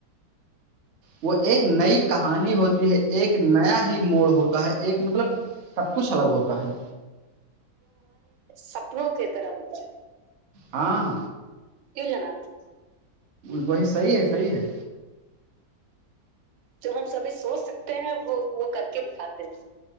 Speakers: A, on the right; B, on the right.
A: وہ ایک نئی کہانی ہوتی ہے ایک نیا ہی موڑ ہوتا ہے ایک مطلب سب کچھ الگ ہوتا ہے
B: سب <unintelligible> نوکےترا ہوتا
A: ہاں
B: جانات <unintelligible>
A: بی صحیح ہے صحیح ہے
B: جو ہم سبھی سوچ سکتے ہیں وہ وہ کر کے دکھاتے ہیں